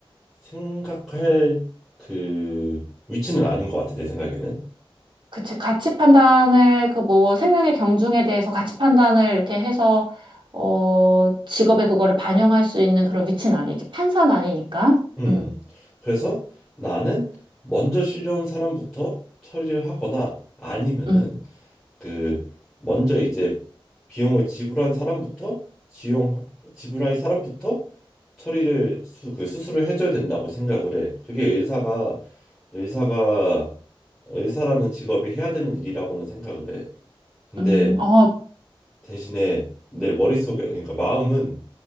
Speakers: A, in the centre; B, on the right.
A: 생각할 그 위치는 아닌 것 같아 내 생각에는.
B: 그치. 가치 판단을, 그 뭐, 생명의 경중에 대해서 가치 판단을 이렇게 해서, 어, 직업에 그거를 반영할 수 있는 그런 위치는 아니지. 판사는 아니니까.
A: 음.
B: 음,
A: 그래서 나는 먼저 실려온 사람부터 처리를 하거나 아니면은
B: 음,
A: 그 먼저 이제 비용을 지불한 사람부터 지용 지불할 사람부터 처리를 수, 그 수술을 해줘야 된다고 생각을 해. 그게 의사가 의사가 의사라는 직업이 해야 되는 일이라고는 생각을 해. 근데
B: 음, 어,
A: 대신에 내 머릿속에 그러니까 마음은